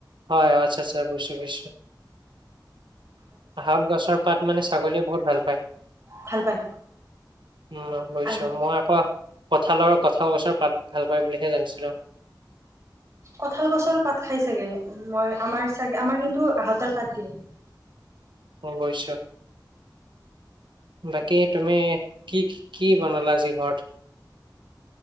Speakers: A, on the right; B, on the right.
A: হয়, আচ্ছা, আচ্ছা বুজিছোঁ, বুজিছোঁ। আহত গছৰ পাত মানে ছাগলীয়ে বহুত ভাল পায়।
B: ভাল পায়
A: উম, বুজিছোঁ
B: আৰু
A: মই আকৌ। কঁঠাল আৰু কঁঠাল গছৰ পাত ভাল পায় বুলিহে জানিছিলো
B: কঁঠাল গছৰো পাত খাই চাগে, মই আমাৰ চাগে আমাৰ কিন্তু আহঁতৰ পাত দিয়ে <inaudible>
A: অ বুজিছো। বাকী তুমি কি কি বনালা আজি ঘৰত? <inaudible>